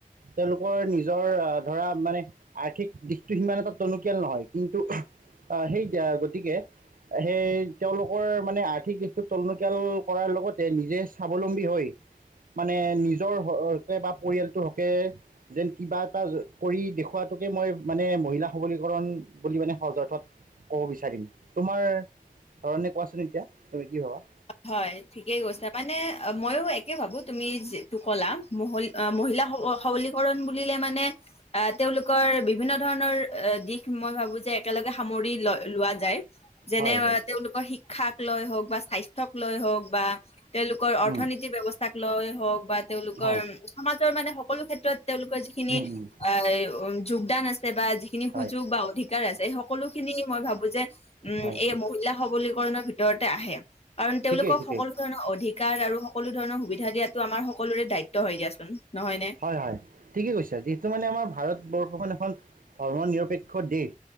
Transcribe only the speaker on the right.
তেওঁলোকৰ নিজৰ ধৰা মানে আৰ্থিক দিশটো সিমান এটো তেওঁ লোকেল নহয় কিন্তু, আহ হেই গতিকে সেই তেওঁলোকৰ মানে আৰ্থিক দিশটো তেওঁলোকৰ কৰাৰ লগতে নিজে স্বাৱলম্বী হৈ। মানে নিজৰ হকে বা পৰিয়ালটোৰ হকে যেন কিবা এটা কৰি দেখুৱাতোকে মই মানে মহিলা সবলীকৰণ বুলি মানে সৰ্জৰ্থত ক'ব বিচাৰিম তোমাৰ ধৰণে কোৱাচোন এতিয়া, তুমি কি ভাবা।
হয় হয়
উম
হয়
উম উম
হয়
হয়
হয়
ঠিকেই
ঠিকেই
হয় হয় ঠিকেই কৈছে, যিহটো মানে আমাৰ ভাৰতবৰ্ষখন এখন ধৰ্ম নিৰপেক্ষ দেশ।